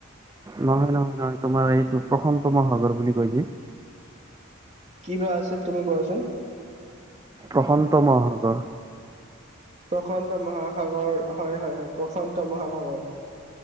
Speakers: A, on the right (about 15°); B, on the right (about 30°).
A: নহয় নহয় নহয়, তোমাৰ এইটো প্ৰসান্ত মহাগৰ বুলি কৈ যে।
B: কিনো আছিল তুমি কোৱাচোন?
A: প্ৰশান্ত মহাসাগৰ।
B: প্ৰশান্ত মহাসাগৰ হয় হয় হয়, প্ৰশান্ত মহাসাগৰ।